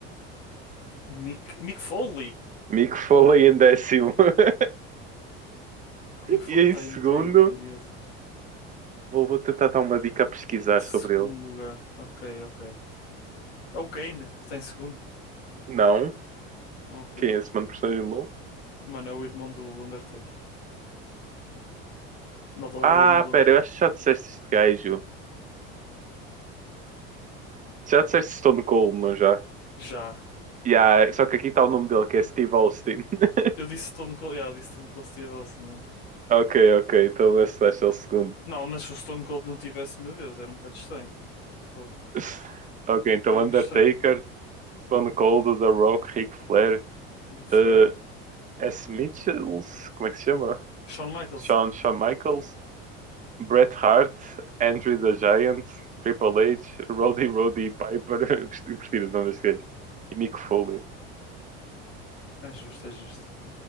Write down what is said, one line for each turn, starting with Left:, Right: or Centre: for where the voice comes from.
Left: Mick, Mick Foley.
Right: Mick Foley em décimo. <laughs>
Left: Como é que o Mick Foley
Right: E em
Left: está
Right: segundo.
Left: aí, não está aí o Randy Orton?
Right: Vou, vou tentar dar uma dica a pesquisar
Left: Segundo
Right: sobre ele.
Left: lugar. Ok, ok. É o Kane, que está em segundo.
Right: Não?
Left: É o Kane.
Right: Quem é esse mano personagem de LoL?
Left: Mano, é o irmão do Undertaker. Na Laura
Right: Ah,
Left: é o irmão do Undertaker.
Right: pera, eu acho que já disseste este gajo. Já disseste Stone Cold, não já?
Left: Já.
Right: Yeah, só que aqui está o nome dele, que é Steve Austin. <laughs>
Left: Eu disse Stone Cold, yeah, disse Stone Cold Steve Austin. yeah.
Right: Ok, ok, então esse vai ser o segundo.
Left: Não, mas se o Stone Cold não tivesse, meu Deus, era um bocado estranho. Fogo.
Right: <laughs> Ok, então
Left: Muito
Right: Undertaker,
Left: estranho.
Right: Stone Cold, The Rock, Ric Flair,
Left: Ric Flair,
Right: eh, S. Mitchells, como é que se chama?
Left: Shawn Michaels.
Right: Shawn, Shawn Michaels, Bret Hart, Andre the Giant, Triple H, Roddy Roddy Piper, <laughs> gostei gostei do nome deste gajo, e Mick Foley.
Left: É justo, é justo.